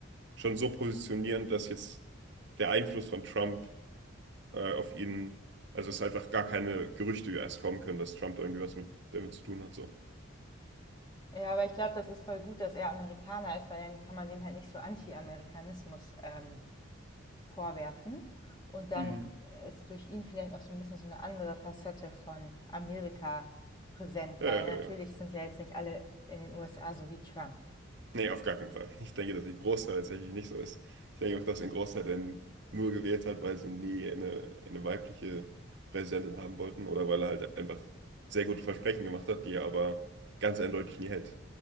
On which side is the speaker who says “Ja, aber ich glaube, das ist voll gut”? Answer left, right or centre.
Left